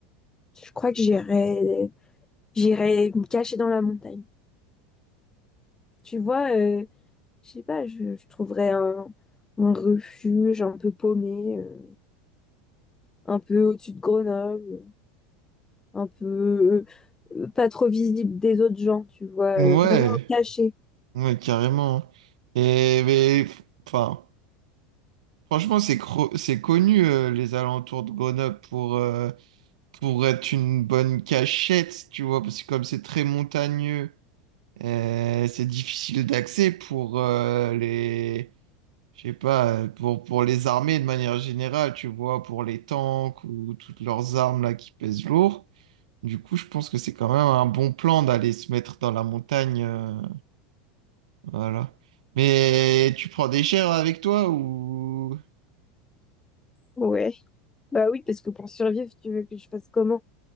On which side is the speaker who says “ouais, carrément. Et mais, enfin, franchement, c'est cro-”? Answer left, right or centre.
Right